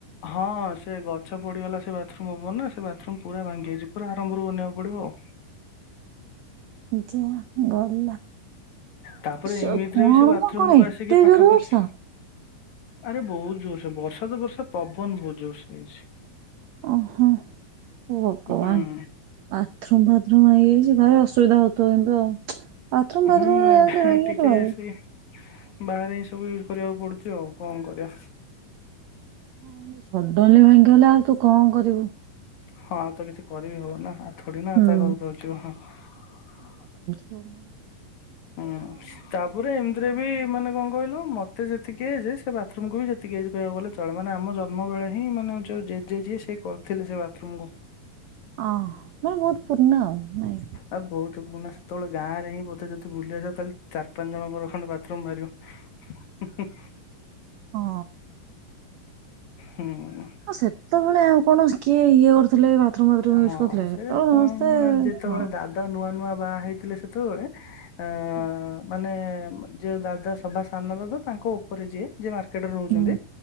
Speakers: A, on the left; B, on the right.
A: ହଁ ସେ ଗଛ ପଡିଗଲା ସେ ବାଥରୁମ ଉପରେ ନା ସେ ବାଥରୁମ୍ ପୁରା ଭାଙ୍ଗି ଯାଇଛି ପୁରା ଆରମ୍ଭରୁ ବନେଇବାକୁ ପଡିବ ଆଉ
B: ଯା ଗଲା
A: ତାପରେ
B: ସ
A: ଏମିତିରେ
B: କଣ
A: ବି ସେ ବାଥରୁମ
B: ମ କଣ
A: କୁ
B: ଏତେ
A: ଆସିକି ପାଖାପାଖି
B: ଜୋର ବର୍ଷା
A: ଆରେ ବହୁତ ଜୋରସେ ବର୍ଷା ତ ବର୍ଷା ପବନ ବହୁତ୍ ଯୋର୍ ସେ ହେଇଛି।
B: ଓହୋ ଭଗବାନ
A: ହୁଁ
B: ବାଥରୁମ ବା ପ୍ର <unintelligible> ହେଇଯାଇଛି ଭାରି ଅସୁବିଧା ହଉଥିବ କିନ୍ତୁ ଆଉ ବାଥ୍ ରୁମ୍
A: ହୁଁ
B: ବାଥ୍ ରୁମ୍ ରେ
A: ଏବେ
B: ଏମିତି ଭାଙ୍ଗି
A: ଟିକେ
B: ଲେ କଣ କରିବ
A: ସେ ବାହାରେ ହିଁ ସବୁ ୟୁଜ୍ କରିବାକୁ ପଡୁଛି ଆଉ କଣ କରିବା
B: ହଁ ସଡନ୍ ଲି ଭାଙ୍ଗିଗଲା ଆଉ ତୁ କଣ କରିବୁ
A: ହଁ ତ କିଛି କରିବି ହବନି ନା ଆଉ ଥୋଡି ନା
B: ହୁଁ
A: ତା ଘରକୁ <unintelligible> ହଁ
B: ଧଣ <inaudible>
A: ହୁଁ ତାପରେ ଏମିତିରେ ବି ମାନେ କଣ କହିଲ ମ ଏତେ ଯେତିକି ଏଯେ ସେ ବାଥରୁମକୁ ବି ଯେତିକି ଏଯେ କହିବାକୁ ଗଲେ ଚଳିଵ ମାନେ ଆମ ଜନ୍ମ ବେଳେ ହିଁ ମାନେ ଯୋଉ ଜେଜେ ଯିଏ ସେ କରିଥିଲେ ସେ ବାଥରୁମ କୁୁ
B: ଅ ମର <unintelligible> ବହୁତ ପୁରୁଣା ଆଉ ନାଇଁ
A: ଆ ବହୁତ ପୁରୁଣା ସେତେବେଳେ ଗାଁ ରେ ହିଁ ବୋଧେ ଯଦି ବୁଲି ଆସିବା ତାହେଲେ ଚାର ପାଞ୍ଚ ଜଣଙ୍କର ଖଣ୍ଡେ ବାଥରୁମ ଵାହାରିବ ହୁଁ ହୁଁ
B: ହଁ
A: ହୁଁ।
B: ହଁ ସେତେବେଳେ ଆଉ କୌଣ କିଏ ଇଏ କରୁଥିଲେ ବାଥରୁମ ଫାଥରୁମ
A: ହଁ
B: ୟୁଜ କରୁଥିଲେ
A: ସେ
B: ସେତେବେଳେ
A: କଣ
B: ସମସ୍ତେ
A: ମାନେ ଯେତେବେଳେ
B: ହଁ
A: ଦାଦା ନୂଆ ନୂଆ ବା ହେଇଥିଲେ ସେତୁରେ ଅ
B: ହଁ
A: ମାନେ ଯୋଉ ଦାଦା ସଭା ସ୍ଥାନର ତ ତାଙ୍କ ଉପରେ ଯିଏ ଯ ମାର୍କେଟ ରେ ରହୁଛନ୍ତି
B: ହୁଁ